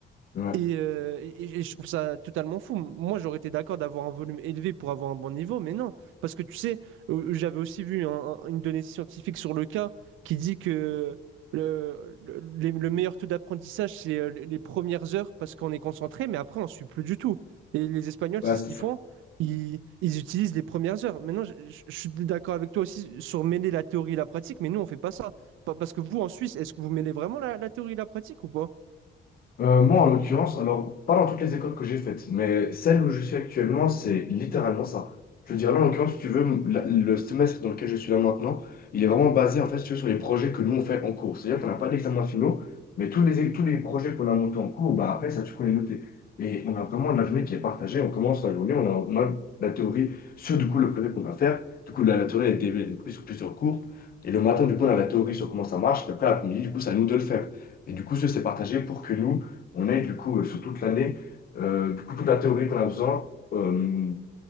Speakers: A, on the left; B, on the right.
A: Ouais.
B: Et, euh, et- et je trouve ça totalement fou. Moi, j'aurais été d'accord d'avoir un volume élevé pour avoir un bon niveau, mais non. Parce que tu sais, euh, j'avais aussi vu un- un- une donnée scientifique sur le cas qui dit que le, le- les- le meilleur taux d'apprentissage, c'est euh, les les premières heures parce qu'on est concentré, mais après, on ne suit plus du tout. Et les Espagnols,
A: Bah,
B: c'est ce
A: c'est
B: qu'ils
A: ça.
B: font. Ils, ils utilisent les premières heures. Maintenant, je, je- je suis d'accord avec toi aussi sur mêler la théorie et la pratique, mais nous, on fait pas ça. Pa- Parce que vous, en Suisse, est-ce que vous mêlez vraiment la, la théorie et la pratique ou pas?
A: Euh, moi, en l'occurrence, alors, pas dans toutes les écoles que j'ai faites, mais celle où je suis actuellement, c'est littéralement ça. Je veux dire, là, en l'occurrence, si tu veux, m- la- le semestre dans lequel je suis là maintenant, il est vraiment basé, en fait, si tu veux, sur les projets que nous, on fait en cours. C'est-à-dire qu'on n'a pas d'examen finaux, mais tous les, é- tous les projets qu'on a montés en cours, bah, après, ça, tu peux les noter. Et on a vraiment la journée qui est partagée. On commence la journée, on a, on a la théorie sur, du coup, le projet qu'on va faire. Du coup, la, la théorie, elle est dé- découpée sur plusieurs cours. Et le matin, du coup, on a la théorie sur comment ça marche. Et après, l'après-midi, du coup, c'est à nous de le faire. Et du coup, ce, c'est partagé pour que nous, on ait du coup euh, sur toute l'année, euh, du coup toute la théorie qu'on a besoin, euh,